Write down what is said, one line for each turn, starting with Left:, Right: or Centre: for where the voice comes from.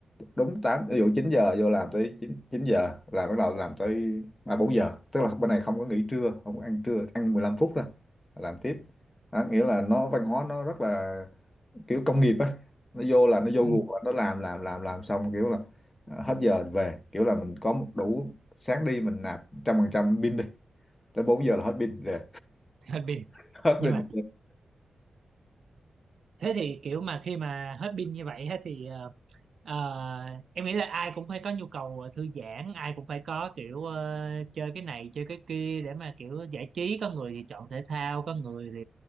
Left: đúng tám ví dụ 9 giờ vô làm tới 9 9 giờ là bắt đầu làm tới 3 4 giờ tức là bên này không có nghỉ trưa không có ăn trưa ăn 15 phút thôi làm tiếp đó, nghĩa là nó văn hóa nó rất là kiểu công nghiệp á nó vô là nó vô
Right: Ừ.
Left: guồng á, nó làm làm làm làm xong kiểu là ờ, hết giờ về kiểu là mình có một đủ sáng đi mình nạp trăm phần trăm pin đi tới 4 giờ là hết pin rồi
Right: <laughs> hết pin
Left: <laughs> hết
Right: nhưng
Left: pin
Right: mà thế thì kiểu mà khi mà hết pin như vậy á, thì ờ, Ờ, em nghĩ là ai cũng phải có nhu cầu ờ, thư giãn, ai cũng phải có kiểu ờ, chơi cái này chơi cái kia để mà kiểu giải trí. Có người thì chọn thể thao, có người thì